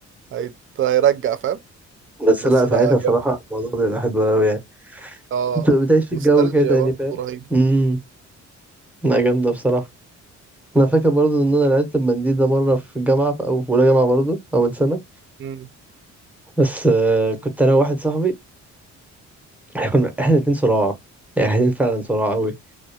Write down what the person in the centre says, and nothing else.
بس
لا
ساعتها صراحة
الموضوع ده بيبقى حلو أوي يعني
بتبقى بتعيش في
الجو كده تاني
فاهم
امم لا جامدة بصراحة أنا فاكر برضو إن أنا لعبت المنديل ده مرة في الجامعة في- أو في أولى جامعة برضو أول سنة
بس آه، كنت أنا وواحد صاحبي احنا كنا احنا الاتنين صراع يعني احنا الاتنين فعلا صراع قوي